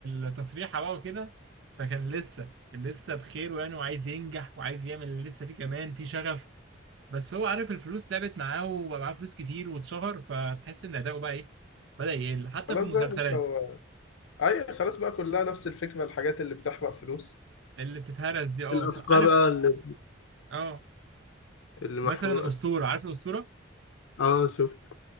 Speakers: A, on the right; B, on the left.
A: التصريحة بقى وكده فكان لسه كان لسه بخير يعني وعايز ينجح وعايز يعمل اللي لسه فيه كمان في شغف بس هو عارف الفلوس لعبت معاه وبقى معاه فلوس كتير واتشهر فتحس ان اداؤه بقى ايه بدأ يقل حتى
B: خلاص
A: في المسلسلات
B: بقى يا باشا هو أيوة خلاص بقى كلها نفس الفكرة الحاجات اللي بتحرق فلوس
A: اللي بتتهرس دي اه
B: الافكار
A: عارف
B: اه اللي
A: اه
B: اللي
A: مثلا
B: محروقه
A: الأسطورة عارف الأسطورة
B: اه شفت